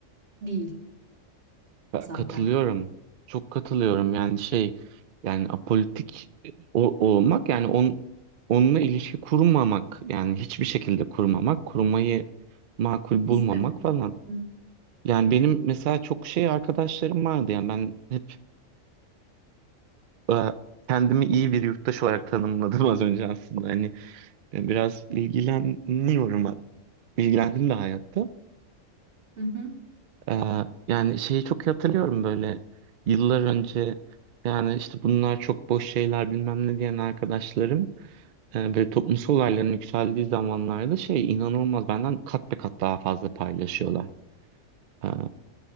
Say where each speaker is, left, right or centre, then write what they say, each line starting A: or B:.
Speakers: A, on the right; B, on the right.
A: değil
B: Ben
A: zaten.
B: katılıyorum. Çok katılıyorum yani şey yani apolitik e, o- olmak yani on, onunla ilişki kurmamak yani hiçbir şekilde kurmamak, kurmayı makul
A: İstemem.
B: bulmamak falan.
A: Hı
B: Yani benim mesela çok şey arkadaşlarım vardı yani ben hep e, kendimi iyi bir yurttaş olarak tanımladım az önce aslında. Hani e, biraz ilgileniyorum, ilgilendim de hayatta.
A: hı.
B: E, yani şeyi çok iyi hatırlıyorum böyle yıllar önce yani işte bunlar çok boş şeyler bilmem ne diyen arkadaşlarım e, böyle toplumsal olayların yükseldiği zamanlarda şey inanılmaz benden kat be kat daha fazla paylaşıyorlar. Ee,